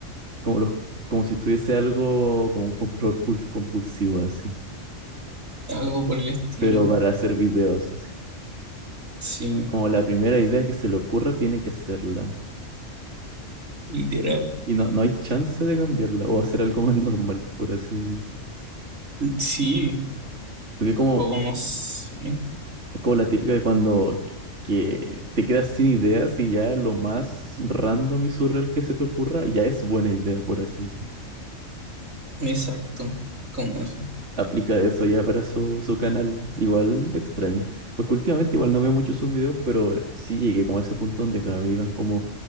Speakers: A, on the right (about 60°); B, on the right (about 80°).
A: como, los, como si tuviese algo como un control puls- compulsivo así,
B: algo por el estilo.
A: pero para hacer videos así.
B: Sí,
A: Como la primera idea que se le ocurra tiene que hacerla.
B: literal.
A: Y no, no hay chance de cambiarla o hacer algo <laughs> más normal, por así decir.
B: Sí,
A: Porque como,
B: o no sé.
A: es como la típica de cuando que, que te quedas sin ideas y ya lo más random y surreal que se te ocurra ya es buena idea, por así decir.
B: Exacto, como eso.
A: aplica eso ya para su, su canal. Igual extraño. Porque últimamente igual no veo mucho sus videos, pero sí llegué como a ese punto donde cada vez iban como